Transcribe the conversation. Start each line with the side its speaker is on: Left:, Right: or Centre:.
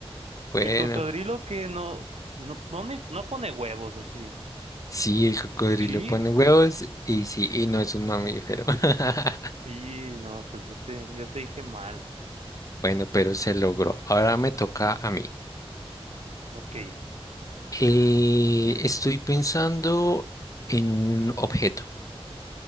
Left: Bueno.
Right: El cocodrilo que no, no pone, no pone huevos, ¿o sí?
Left: Sí, el cocodrilo
Right: ¿Sí?
Left: pone huevos y sí, y no es un mamífero. <laughs>
Right: Y no, pues yo te, yo te dije mal.
Left: Bueno, pero se logró. Ahora me toca a mí.
Right: Ok,
Left: Eh, estoy pensando en un objeto.